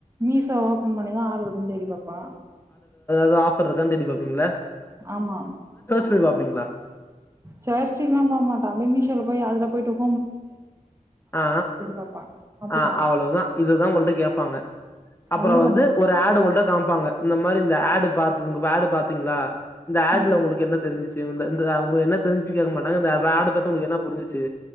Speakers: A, on the right (about 20°); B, on the left (about 15°).
A: மீசோ ஓபன் பண்ணிதா ஆபர் இருக்கான்னு தேடி பாப்போ
B: எதா ஆபர் இருகான்னு தேடிபாப்பிங்ளா
A: ஆமா
B: தேடி பாப்பிங்ளா
A: சர்ச்சிங்லா போகமாட்டோ அப்டியே மீசோல போயி அதுல போய்ட்டு
B: ஆ
A: பாப்பா அப்டிதா
B: ஆ அவ்வளவுதா இதுதா உங்கள்கிட்ட கேப்பாங்க அப்பற
A: அவ்ளோதான
B: வந்து ஒரு ஆடு உங்கள்கிட்ட காம்பாங்க கேப்பாங்க இந்த மாரி இந்த ஆடு பாத்து ஆடு பாத்தீங்ளா இந்த ஆட்ல
A: ம்
B: ஒங்களுக்கு என்ன தெரிஞ்ச்சி இந்த அவுங்க என்ன தெரிஞ்சுச்சு கேக்க மாட்டாங்க இந்த ஆட பாத்து ஒங்களுக்கு என்னா புரிஞ்சுச்சு